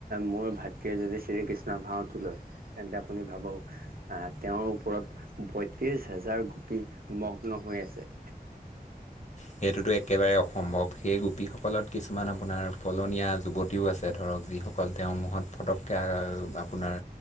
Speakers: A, on the right; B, on the left.
A: মোৰ ভাতৃয়ে যদি শ্ৰীকৃষ্ণৰ ভাওটো লয় তেন্তে আপুনি ভাবক আহ তেওঁৰ ওপৰত পয়ত্ৰিশ হাজাৰ গোপী মগ্ন হৈ আছে।
B: সেইটোতো একেবাৰে অসম্ভৱ সেই গোপীসকলত কিছুমান আপোনাৰ পলনীয়া যুৱত ব্যক্তিও আছে ধৰক যিসকল তেও ফটকে আ আপোনাৰ